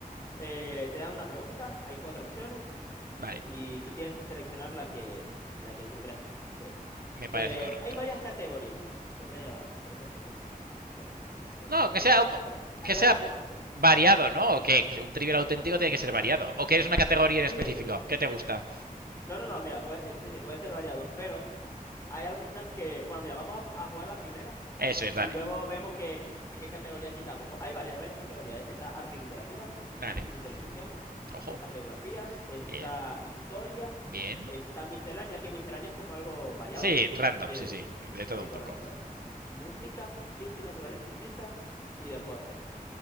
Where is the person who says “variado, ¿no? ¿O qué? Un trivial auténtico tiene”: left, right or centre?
Right